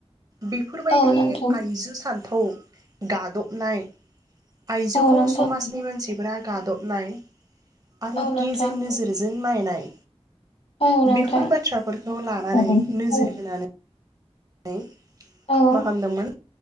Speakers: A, on the right (about 35°); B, on the left (about 70°).
A: बेफोरबायदि
B: औ नोंथां
A: आइजो सान खौ गादबनाय आइजोखौ
B: औ नोंथां
A: समाजनि मानसिफोरा गादब <inaudible> आरो
B: औ नोंथां
A: गेजेन नोजोरजों नायनाय
B: औ नोंथां
A: बेफोर बाथ्राफोरखौ लानानै
B: औ
A: नोजोर
B: औ
A: <inaudible> <inaudible>
B: औ
A: मा खालामदोंमोन